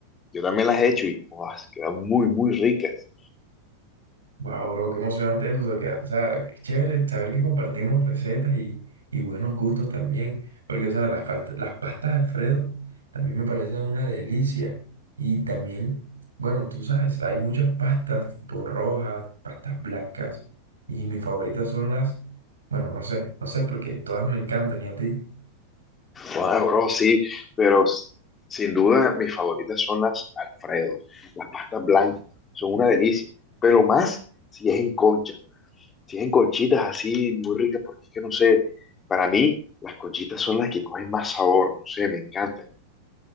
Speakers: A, on the left (about 20°); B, on the right (about 70°).
A: Yo también las he hecho y ¡guau! quedan muy, muy ricas.
B: Wow, bro, qué emocionante eso. O sea, que, o sea, qué chévere saber que compartimos recetas y, y buenos gustos también. Porque, o sea, las, falta- las pastas Alfredo también me parecen una delicia. Y también, bueno, tú sabes, hay muchas pastas, tipo rojas, pastas blancas. Y mis favoritas son las, bueno, no sé, no sé, porque todas me encantan y a ti.
A: Wow, bro, sí, pero s- sin duda mis favoritas son las Alfredo, las pastas blancas, son una delicia, pero más si es en concha, si es en conchitas así muy ricas, porque es que no sé, para mí las conchitas son las que cogen más sabor, no sé, me encantan.